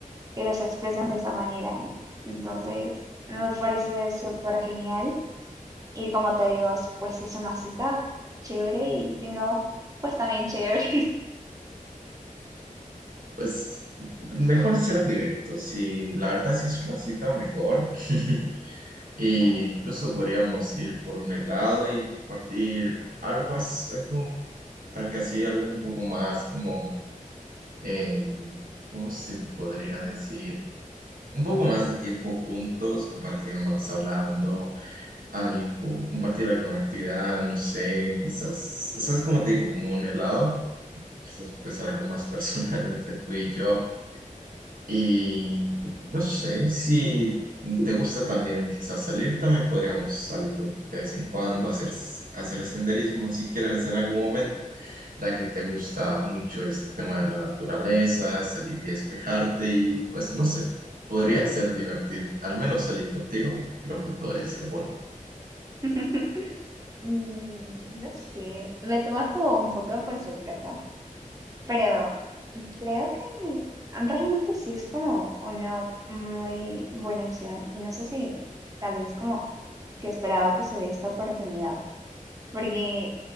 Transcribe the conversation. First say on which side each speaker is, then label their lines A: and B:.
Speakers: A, on the right; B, on the right.
A: que los expresan de esa manera, ¿no? Entonces, me parece súper genial. Y como te digo, s- pues si es una cita, chévere, y si no, pues también chévere.
B: Pues mejor ser directo, si la verdad si es una cita, mejor. <laughs> E incluso podríamos ir por un helado y compartir algo, as- algo tal que así, algo un poco más como, eh, ¿cómo se podría decir? Un poco más de tiempo juntos, compartir más hablando, algo, compartir alguna actividad, no sé, quizás, ¿sabes cómo te digo? Como un helado, quizás pues algo más personal <laughs> entre tú y yo y no sé, si te gusta también quizás salir, también podríamos salir de vez en cuando, hacer, hacer senderismo si quieres en algún momento, ya que te gusta mucho este tema de la naturaleza, salir y despejarte y pues no sé, podría ser divertido. Al menos salir contigo, creo que todo debe ser bonito.
A: <laughs> Mm, No sé, me tomas como un poco por sorpresa, pero creo que realmente sí es como una muy buena opción y no sé si tal vez como que esperaba que se dé esta oportunidad. Porque,